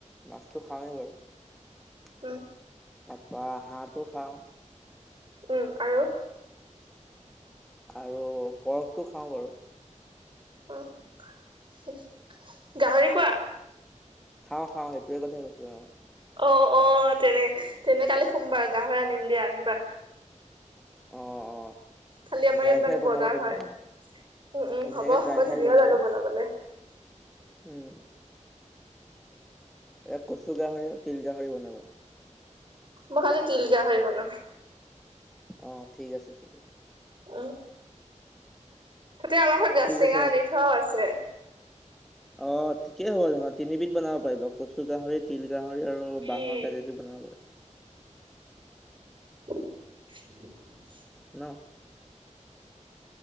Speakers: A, in the centre; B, on the right.
A: নাচটো খাওঁেই বাৰু
B: অ
A: তাৰপৰা হাঁহটো খাওঁ
B: উম আৰু
A: আৰু পৰকটো খাওঁ বাৰু
B: উ গাহৰি খোৱা
A: খাওঁ খাওঁ সেইটোে কথাই কৈছো আৰু
B: অ অ তেনে তেনে কালি সোমবাৰ গাাহৰি আনিম দিয়া আহিবা
A: অ অ
B: কালি আমাৰ
A: ড্ৰাই
B: ইয়াত মানে
A: ফ্ৰাই বনাবা
B: বজাৰ
A: ধনে
B: হয়। উম, উম,
A: ধুনীয়াকে
B: হ'ব
A: ড্ৰাই
B: মই ধুনীয়া
A: ফ্ৰাই বনাবা
B: জানো বনাবলে
A: উম এ কচু গাহৰি আৰু তিল গাহৰি বনাবা
B: ব খালি তিিলকিয়া হৈ গ ন
A: অ ঠিক আছে ঠিক আ
B: আহ তায়া আমাৰ ঘৰত গাাজ
A: ঠিক আছে
B: েঙা আনি থোৱাও আছে
A: অ ঠিকে হ'ব ধৰা তিনিবিধ বনাব পাৰিব কচু গাহৰি তিল গাহৰি আৰু বাঁাহৰ
B: উম।
A: কাজিদি বনাব
B: <unintelligible>
A: ন